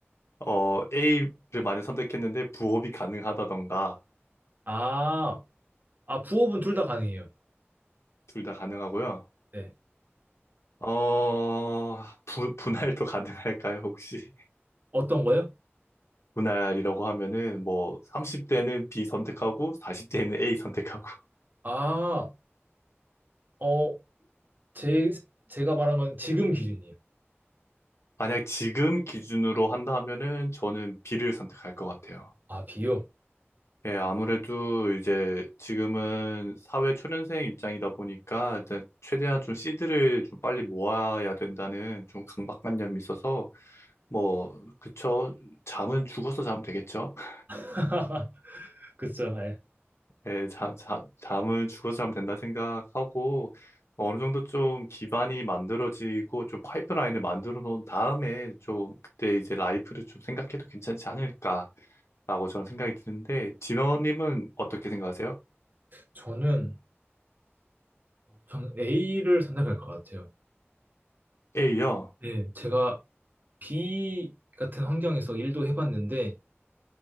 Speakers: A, on the left; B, on the right.
A: 어 A를 많이 선택했는데 부업이 가능하다던가
B: 아, 아 부업은 둘 다 가능해요.
A: 둘 다 가능하고요.
B: 네.
A: 어 분, 분할도 가능할까요, 혹시?
B: 어떤 거요?
A: 분할이라고 하면은 뭐 30대는 B 선택하고 40대는 A 선택하고
B: 아, 어, 제 제가 말한 건 지금 기준이에요.
A: 만약 지금 기준으로 한다 하면은 저는 B를 선택할 것 같아요.
B: 아, 비요?
A: 예, 아무래도 이제 지금은 사회 초년생 입장이다 보니까 이제 최대한 좀 씨들을 좀 빨리 모아야 된다는 좀 강박관념이 있어서 뭐 그쵸 잠은 죽어서 자면 되겠죠. <laughs>
B: <laughs> 그쵸. 예.
A: 예, 잠, 잠, 잠은 죽어서 자면 된다 생각하고 어느 정도 좀 기반이 만들어지고 좀 파이프라인을 만들어 놓은 다음에 좀 그때 이제 라이프를 좀 생각해도 괜찮지 않을까. 라고 저는 생각이 드는데, 진원님은 어떻게 생각하세요?
B: 저는 전 A를 선택할 것 같아요.
A: A요.
B: 네, 제가 B 같은 환경에서 일도 해봤는데